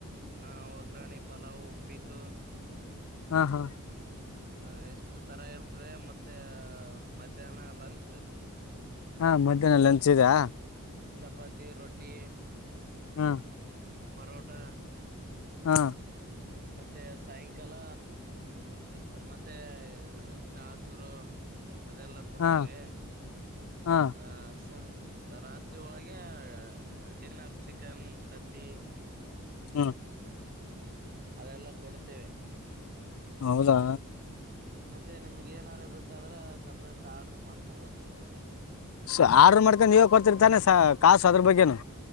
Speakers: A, on the right (about 40°); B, on the left (about 70°).
A: ಹ ಒಗ್ರಾಣೆ ಪಲಾವ್ ಉಪ್ಪಿಟ್ಟು
B: ಹಾ ಹಾ
A: ಹ ಎಷ್ಟು ತರ ಇರ್ತದೆ ಮತ್ತೆ ಮಧ್ಯಾಹ್ನ ಲಂಚ್
B: ಹಾ ಮಧ್ಯಾಹ್ನ ಲಂಚ್ ಇದಾ
A: ಚಪಾತಿ ರೋಟಿ
B: ಹ್ಮ
A: ಪರೋಠಾ
B: ಹಾ
A: ಮತ್ತೆ ಸಾಯಂಕಾಲ ಮತ್ತೆ ಚಹ ಚೂರು ಅದೆಲ್ಲ ಕೊಡ್ತೇವೆ
B: ಹಾ ಹಾ
A: ಆ ಸ ರಾತ್ರಿ ಒಳಗೆ ಡಿನ್ನರ್ ಚಿಕನ್ ತತ್ತಿ ಹ್ಮ
B: ಹ್ಮ
A: ಅದೆಲ್ಲ ಕೊಡ್ತೇವೆ
B: ಹೌದಾ
A: ಮತ್ತೆ ನಿಮ್ಗ್ ಏನರಬೇಕಾದ್ರೆ ಸಪ್ರೇಟ್ ಆರ್ಡರ್ ಮಾಡ್ಕೋಬೋದು ನೀವು
B: ಸ ಆರ್ಡರು ಮಾಡ್ಕೊಂಡು ನೀವೇ ಕೊಡ್ತಿರ್ತಾನೆ ಸ ಕಾಸು ಅದ್ರ ಬಗ್ಗೆನು